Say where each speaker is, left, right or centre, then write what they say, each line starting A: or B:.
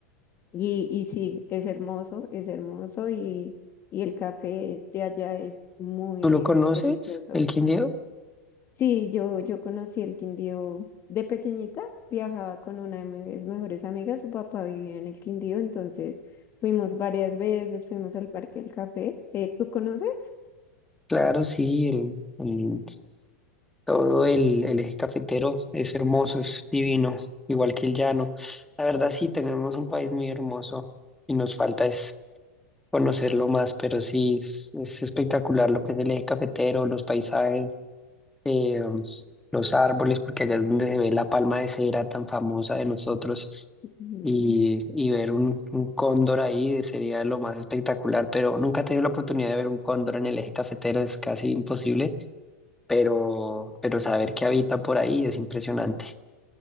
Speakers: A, on the left (about 30°); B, in the centre.
A: y, y sí, es hermoso, es hermoso y, y el café de allá es muy
B: tú
A: rico,
B: lo conoces,
A: delicioso.
B: el Quindío,
A: Sí, yo, yo conocí el Quindío de pequeñita, viajaba con una de mis mejores amigas, su papá vivía en el Quindío, entonces fuimos varias veces, fuimos al Parque del Café. Eh, ¿tú conoces?
B: claro, sí, el, el Todo el, el eje cafetero es hermoso, es divino, igual que el llano. La verdad sí tenemos un país muy hermoso y nos falta es conocerlo más, pero sí es, es espectacular lo que es el eje cafetero, los paisajes, eh, los árboles, porque allá es donde se ve la palma de cera tan famosa de nosotros
A: Ujú.
B: y, y ver un, un cóndor ahí sería lo más espectacular, pero nunca he tenido la oportunidad de ver un cóndor en el eje cafetero, es casi imposible pero, pero saber que habita por ahí es impresionante.